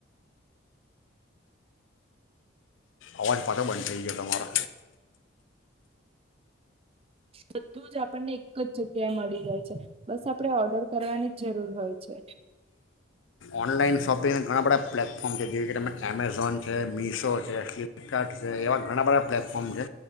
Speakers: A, on the left; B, on the right.
A: અવાજ પાછો બંધ થઈ ગયો તમારો
B: બધું જ આપણને એક જ જગ્યાએ મળી જાય છે બસ આપણે ઓર્ડર કરવાની જ જરૂર હોય છે
A: ઓનલાઈન શોપિંગ ઘણા બધા પ્લેટફોર્મ છે જેવી કે તમે એમેઝોન છે, મિશો છે, ફ્લિપકાર્ટ છે, એવા ઘણા બધા પ્લેટફોર્મ છે